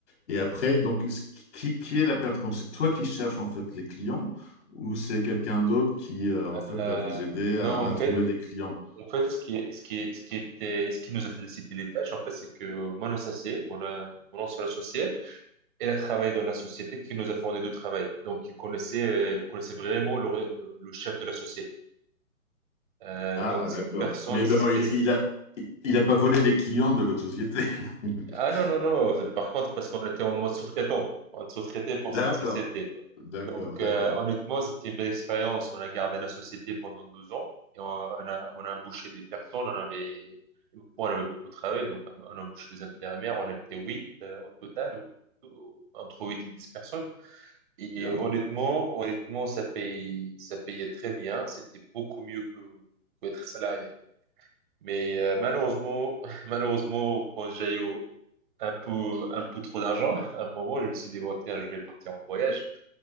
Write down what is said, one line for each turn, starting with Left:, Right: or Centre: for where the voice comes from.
Left: Et après, donc, est-ce- qui, qui est la personne? Donc, c'est toi qui cherches, en fait, les clients ou c'est quelqu'un d'autre qui, euh, en
Right: Euh,
Left: fait, va vous aider
Right: non,
Left: à,
Right: en
Left: à trouver
Right: fait,
Left: des clients?
Right: en fait, ce qui, est- ce qui, est- ce qui était, ce qui nous a félicité les tâches, en fait, c'est que mon associé, mon, euh, mon ancien associé, il a travaillé dans la société qui nous a fourni du travail. Donc, il connaissait, euh, connaissait vraiment le, le- le chef de la société. Euh,
Left: Ah,
Right: donc, cette
Left: d'accord.
Right: personne,
Left: Mais
Right: si
Left: ben,
Right: c'était
Left: il,
Right: cette...
Left: il a, il a pas volé les clients de l'autre société. <laughs>
Right: Ah non, non, non, par contre, parce qu'on était en mode sous-traitant, on sous-traitait pour
Left: D'accord.
Right: cette société.
Left: D'accord,
Right: Donc,
Left: d'accord.
Right: euh, honnêtement, c'était une belle expérience. On a gardé la société pendant 12 ans et on, on a, on a embauché des personnes. On avait, on avait beaucoup travaillé, donc on a embauché des intérimaires. On était 8 euh, au total, ou- ou- entre 8 et 10 personnes. Et
Left: Bien.
Right: honnêtement, honnêtement, ça paye, ça payait très bien. C'était beaucoup mieux que, que être salarié. Mais euh, malheureusement, <laughs> malheureusement, quand j'ai eu un peu, un peu trop d'argent, à un moment, je me suis dit, bon, tiens, je vais partir en voyage.